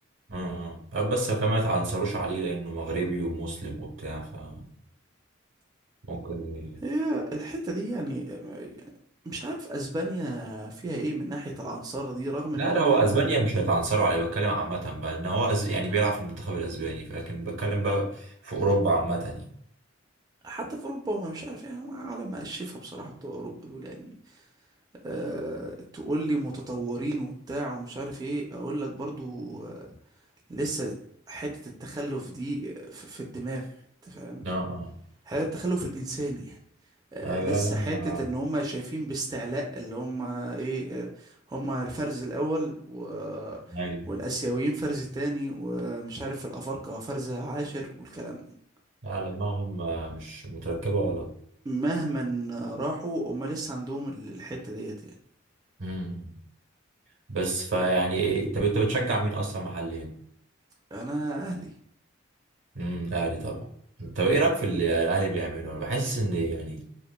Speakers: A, on the right; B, on the right.
A: اه آه. بس كمان ما يتعنصروش عليه لانه مغربي ومسلم وبتاع فممكن ي-
B: هي الحتة دي يعني مش عارف اسبانيا فيها ايه من ناحية العنصرة دي رغم انهم
A: لا لا هو
B: يعني
A: اسبانيا مش هيتعنصروا عليه بتكلم عامة بقى ان هو أز... يعني بيلعب في المنتخب الاسباني لكن بتكلم بقى في اوروبا عامة يعني
B: حتى في اوروبا وما مش عارف يعني هم عالم مقشفة بصراحة بتوع اوروبا دول يعني أه تقول لي متطورين وبتاع ومش عارف ايه اقول لك برضو آه، لسه حتة التخلف دي في في الدماغ انت فاهم
A: اه اه
B: هذا التخلف الإنساني يعني آه،
A: ايوه
B: لسه
A: لا لا هم-
B: حتة إن هم شايفين باستعلاء اللي هم إيه آه، هم الفرز الأول و...
A: ايوه
B: والآسيويين فرز تاني ومش عارف الأفارقة فرز عاشر والكلام ده.
A: لا لا، دماغهم آه، مش متركبة غلط
B: مهما راحوا هم لسه عندهم ال- الحتة ديت يعني
A: امم بس فيعني إيه، طب انت بتشجع مين اصلا محليا؟
B: أنا أهلي
A: امم الاهلي طبعا طب ايه رايك في اللي الاهلي بيعمله؟ انا بحس ان يعني